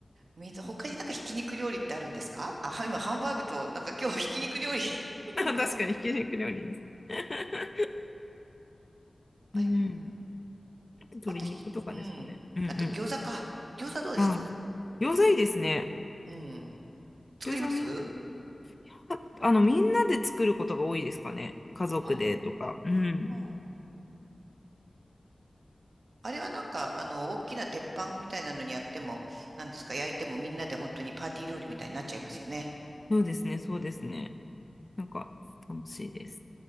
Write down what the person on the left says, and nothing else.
<laughs> 確かにひき肉料理です。
<laughs>
うん。あと鶏肉とかですかね。
うんう
ん。あ、餃子いいですね。
餃子みんな、はあの、みんなで作ることが多いですかね。家族でとか。
うん。
そうですね、そうですね。なんか、楽しいです。